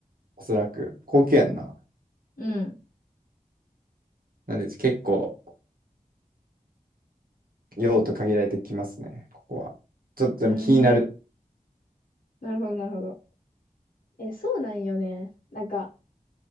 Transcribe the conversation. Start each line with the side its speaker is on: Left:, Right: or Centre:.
Right: おそらく。高級やんな。
Left: うん。
Right: なんで結構用途限られてきますね、ここは。ちょっとでも気になる。
Left: うーん。なるほど、なるほど。え、そうなんよね。なんか、